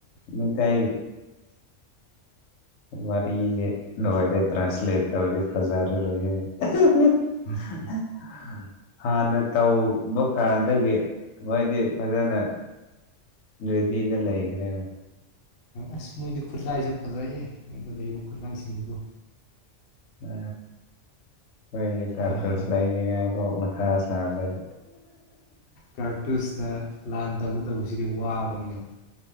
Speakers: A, on the left; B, on the left.
A: ꯃꯊꯥꯏ ꯋꯥꯔꯤꯦ ꯂꯣꯏꯔꯦ ꯇ꯭ꯔꯥꯟꯁꯂꯦꯠ ꯇꯧꯗꯤꯦ ꯐꯖꯔꯔꯣꯏꯍꯦ <unintelligible>
B: ꯎꯝ
A: ꯍꯥꯟꯅ ꯇꯧꯕ ꯀꯥꯟꯗꯒꯤ ꯃꯣꯏꯗꯤ ꯐꯖꯅ ꯔꯦꯗꯤꯗ ꯂꯩꯈ꯭ꯔꯦꯅ
B: ꯑꯁ ꯃꯣꯏꯗꯤ ꯈꯔꯂꯁꯨ ꯐꯖꯥꯏꯌꯦ ꯑꯩꯗ ꯂꯩꯔꯤꯕ ꯈꯨꯠꯂꯥꯏꯁꯤꯡꯗꯨꯕꯨꯣ
A: ꯑ ꯑꯣꯏꯣꯏ ꯀꯥ
B: ꯌꯥꯔꯣꯏ
A: ꯇꯁ ꯂꯅꯤ ꯊ ꯁ ꯂꯩ
B: ꯀꯥꯔꯇꯨꯁꯅ ꯂꯥꯟ ꯇꯧꯕ ꯇꯧꯕꯁꯤꯗꯤ ꯋꯥꯒꯅꯦꯕ